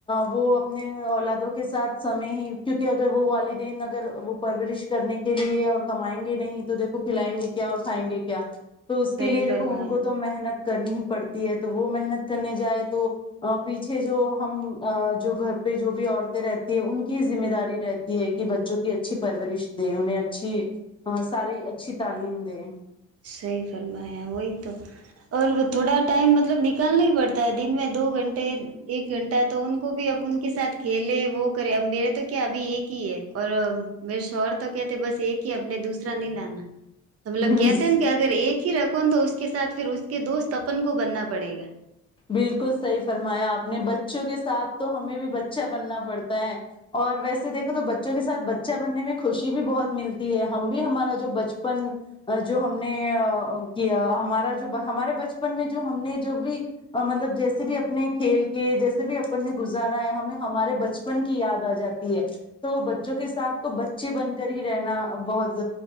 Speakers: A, on the left (about 15°); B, on the right (about 50°).
A: وہ اپنے اولادوں کے کے ساتھ سمے ہی کیونکہ اگر وہ والدین اگر وہ پرورش کرنے کے لیے اور کمائیں گے نہیں تو دیکھو کھلائیں گے کیا اور کھائیں گے کیا تو اس
B: صحیح
A: کے لیے دیکھو
B: فرمایا
A: ان کو تو محنت کرنی ہی پڑتی ہے تو وہ محنت کرنے جائے تو پیچھے جو ہم جو گھر پہ جو بھی عیں رہتی ہے ان کی ذمہ داری رہتی ہے کہ بچوں کی اچھی پرورش دے انہیں اچھی ساری اچھی تعلیم دیں
B: صحی فرمایا وہی تو اور تھوڑا ٹائم مطلب نکالنا ہی پڑتا ہے دن میں دو گھنٹے ایک گھنٹہ تو ان کو بھی اب ان کے ساتھ کھیلے وہ کرے اب میرے تو کیا ابھی ایک ہی ہے اور میرے شوہر تو کہتےے بس ایک ہی اپنے دوسرا نہیں لانا تو مطلب
A: ہ ہ
B: کہتے
A: ہ
B: ہیں کہ اگر ایک ہی رکھو تو اس کے ساتھ پھر اس کے دوست اپن کو بننا پڑے گا
A: بالکل صحیح فرمایا آپ نے بچوں کے ساتھ تو ہمیں بھی ب بچا بننا پڑتا ہے اور ویسے دیکھو تو بچوں کے ساتھ بچہ بننے میں خوشی بھی بہت ملتی ہے ہم بھی ہمارا جو بچپن جو ہم نے کیا ہمارا جو ہمارے بچپن میں جو ہم نے جو بھی مطلب جیسے بھی اپنے کھیل کے جیسے بھی اپن نے گزارا ہے ہمیں ہمارے بچپن کی یاد آ جاتی ہے تو بچوں کے ساتھ تو بچے بن کر ہی رہنا بہت